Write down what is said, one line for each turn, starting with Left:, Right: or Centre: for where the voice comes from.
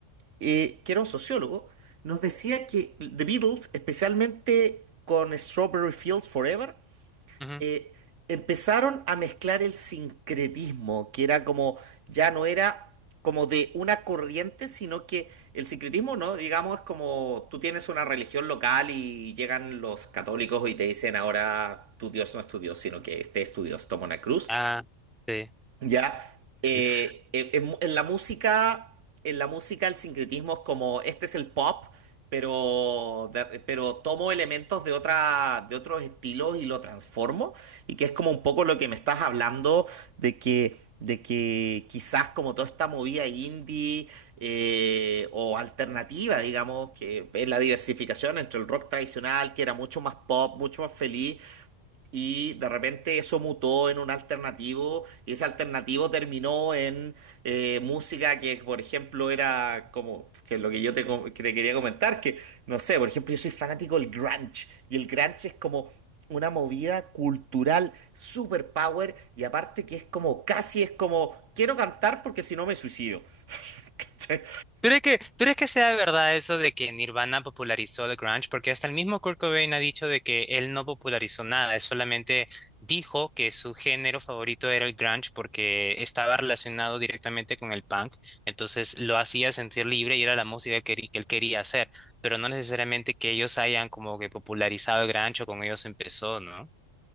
Right: eh, que era un sociólogo, nos decía que The Beatles, especialmente con Strawberry Fields Forever,
Centre: ujú.
Right: eh, empezaron a mezclar el sincretismo, que era como, ya no era como de una corriente, sino que el sincretismo, ¿no? Digamos, es como tú tienes una religión local y llegan los católicos y te dicen ahora tu Dios no es tu Dios, sino que este es tu Dios, toma una cruz.
Centre: Ah, sí.
Right: ¿Ya? Eh,
Centre: <laughs>
Right: en, en en la música, en la música el sincretismo es como, este es el pop, pero, de- pero tomo elementos de, otra, de otros estilos y lo transformo, y que es como un poco lo que me estás hablando de que, de que quizás como toda esta movida indie eh, o alternativa, digamos, que es la diversificación entre el rock tradicional, que era mucho más pop, mucho más feliz, y de repente eso mutó en un alternativo, y ese alternativo terminó en eh, música que, por ejemplo, era como que lo que yo te, com- que te quería comentar, que no sé, por ejemplo, yo soy fanático del grunge, y el grunge es como una movida cultural super power, y aparte que es como casi es como quiero cantar porque si no me suicido. <laughs> ¿Cachai?
Centre: ¿Tú crees que, tú crees que sea verdad eso de que Nirvana popularizó el grunge? Porque hasta el mismo Kurt Cobain ha dicho de que él no popularizó nada, él solamente dijo que su género favorito era el grunge porque estaba relacionado directamente con el punk, entonces lo hacía sentir libre y era la música que, él que él quería hacer, pero no necesariamente que ellos hayan como que popularizado el grunge o con ellos empezó, ¿no?